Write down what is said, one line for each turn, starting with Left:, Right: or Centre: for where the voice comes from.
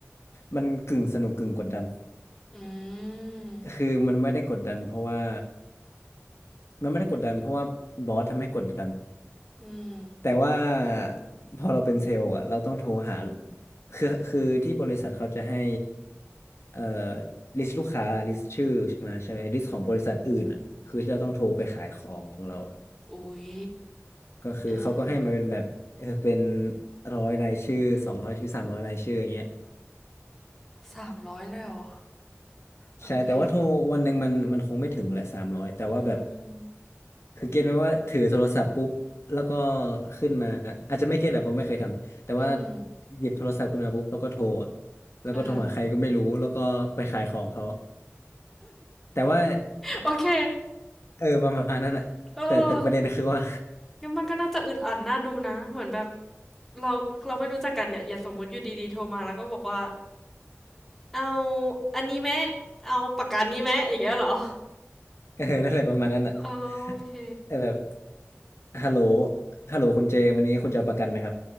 Left: มันกึ่งสนุกกึ่งกดดัน
Centre: อืม
Left: คือมันไม่ได้กดดันเพราะว่ามันไม่ได้กดดันเพราะว่าบอสทำให้กดดัน
Centre: อืม
Left: แต่ว่าพอเราเป็นเซลล์อะเราต้องโทรหาคือคือที่บริษัทเขาจะให้เอ่อลิสต์ลูกค้าลิสต์ชื่อใช่ไหมใช่ไหมลิสต์ของบริษัทอื่นอะคือที่เราต้องโทรไปขายของของเรา
Centre: อุ้ย
Left: ก็คือเขาก็ให้มาเป็นแบบเออเป็น
Centre: เออ
Left: ร้อยรายชื่อสองร้อยชื่อสามร้อยรายชื่ออย่างเงี้ย
Centre: สามร้อยเลยเหรอ โอเค
Left: ใช่แต่ว่าโทรวันหนึ่งมันมันคงไม่ถึงแหละสามร้อยแต่ว่าแบบ
Centre: อืม อืม
Left: คือเก็ตไหมว่าถือโทรศัพท์ปุ๊บแล้วก็ขึ้นมาอาจจะไม่เก็ตแหละเพราะไม่เคยทำแต่ว่า
Centre: อืม
Left: หยิบโทรศัพท์ขึ้นมาปุ๊บแล้วก็โทรอะแล้วก็โทรหาใครก็ไม่รู้แล้วก็ไปขายของเขา
Centre: เออ
Left: แต่ว่า
Centre: โอเค
Left: เออประมาณนั้นอะแต่แต่ประเด็นคือว่า
Centre: เอองั้นมันก็น่าจะอึดอัดน่าดูนะเหมือนแบบเราเราไม่รู้จักกันเนี่ยอย่าสมมติอยู่ดีๆโทรมาแล้วก็บอกว่าเอาอันนี้แมมเอาปากกานี้แมมอย่างเงี้ยเหรอ
Left: เออนั่นแหละประมาณนั้นอ่ะ
Centre: เออโอเค
Left: แต่แบบฮัลโหลฮัลโหลคุณเจวันนี้คุณจะเอาประกันไหมครับ